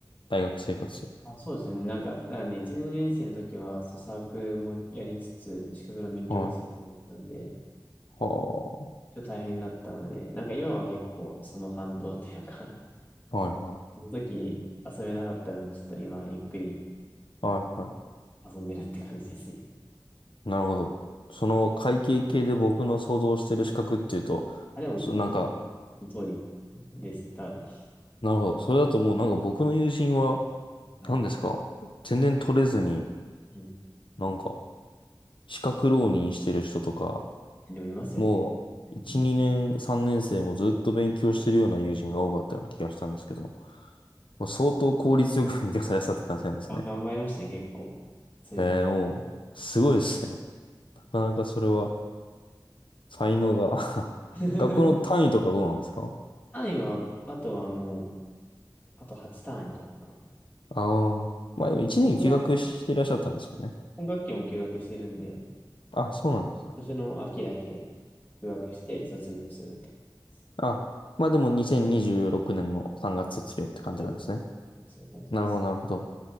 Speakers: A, on the left; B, on the left.
A: 大学生活。
B: あ、そうですね。なんか、なんで、1、年生の時は、そう、サークルもやりつつ、資格の勉強もしつつだったんで、
A: はい。は
B: ちょっと大変だったので、なんか今は結構その反動というか
A: あ。はいは
B: その時遊べなかった分、ちょっと今ゆっくり
A: い。はいはい。
B: 遊んでるって感じですね。
A: なるほど。その会計系で僕の想像してる資格っていうと、
B: あ、でも、
A: そう、
B: ご想像の通り
A: なんか、
B: です。多分。
A: なるほど。それだともうなんか僕の友人は、
B: はい。
A: 何ですか全然取れずに、
B: うん。
A: なんか、資格浪人してる人とか、
B: でもいますよね。
A: もう、
B: うん
A: 1、2年、3年生もずっと勉強してるような友人が多かったような気がしたんですけど、まあ、相当効率よく勉強されてたって感じなんですね。
B: うん。あ、頑張りましたね、結構。そういうこと。
A: へえ、もう、すごいですね。なかなかそれは、才能が <laughs>
B: <laughs>
A: 学校の単位とかどうなんですか
B: 単位は、あとはもう、あと8単位とかかな。
A: ああ。まあでも1年休学していらっしゃったんですもんね。
B: うんでも僕は今学期も休学してるんで、今
A: あ、そうなんですね。
B: 年の秋だけ休学して卒業するって感じです。
A: あ、まあでも2026年の3月卒業って感じなんですね。
B: そうですそういう感じです。
A: なるほど、なるほど。